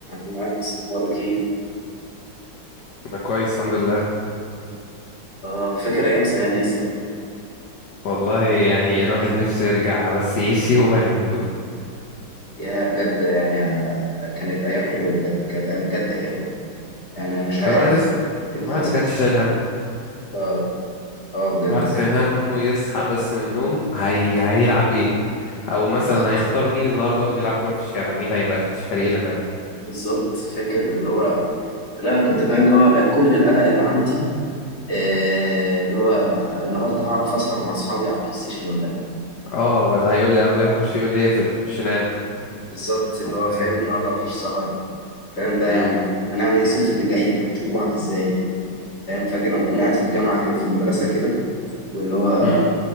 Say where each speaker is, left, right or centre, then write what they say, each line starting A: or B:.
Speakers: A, on the left; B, on the left.
A: نايس اخبارك ايه
B: انا كويس الحمد لله
A: اه فاكر ايام زمان يا اسطى
B: والله يعني الواحد نفسه يرجع بس يعيش يوم واحد من دول
A: يا بجد يعني آه، كانت ايام حلوه بجد كانت ايام بجد حلوه يعني أنا مش
B: كان
A: عارف
B: الواحد يصحى
A: ايه اللي
B: الواحد
A: حصل
B: ما كانش شايل هم
A: اه اه بجد
B: الواحد كان همه يصحى بس من النوم هي... هيلعب ايه او مثلا
A: بالظبط
B: هيختار مين النهارده هو بيلعب كوره في الشارع مين هيبقى في الفريق اللي معاه
A: بالظبط فاكر اللي هو لا كنت كمان اللي هو آه، كل القلق اللي عندي آه اللي هو النهارده هعرف اسهر مع اصحابي على البلاي ستيشن ولا لا
B: اه ولا هيقول لي ابويا خش يقول لي اقفل خش نام
A: بالظبط اللي
B: والله
A: هو فاهم
B: يعني
A: النهارده مفيش سهر الكلام ده يعني
B: امم
A: هنعمل ايه الصيف اللي جاي هنشوف بعض ازاي فاهم فاكر لما كنا قاعد في الجامعه كده في المدرسه كده واللي هو
B: امم.